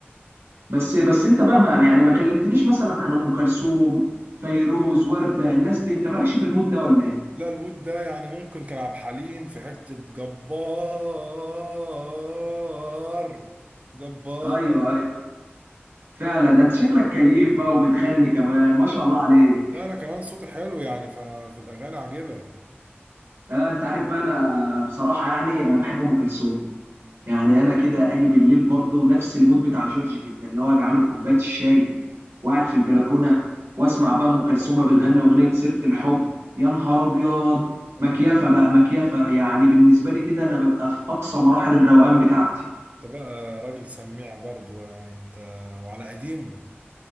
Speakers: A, on the right; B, on the right.
A: بس بس انت بقى ما يعني ما كلمتنيش مثلا عن ام كلثوم فيروز ورده الناس دي انت مالكش في المود ده ولا ايه
B: لا الوود ده يعني ممكن كان عبد الحليم في حتة جبار جبار
A: ايوه ايوه فعلا انت شكلك كيف بقى وبتغني كمان ما شاء الله عليك
B: ده انا كمان صوتي حلو يعني ففي الاغاني عاجبه
A: آه انت عارف بقى انا بصراحه يعني انا بحب ام كلثوم يعني انا كده اجي بالليل برضه نفس المود بتاع جورج كده اللي هو اجي عامل كوبايه الشاي وقاعد في البلكونه واسمع بقى ام كلثوم بتغني اغنيه سيره الحب يا نهار ابيض
B: اه
A: مكيفه بقى مكيفه يعني بالنسبه لي كده انا ببقى في اقصى مراحل الروقان بتاعتي
B: انت بقى راجل سميع برضو يعني انت وعلى قديمه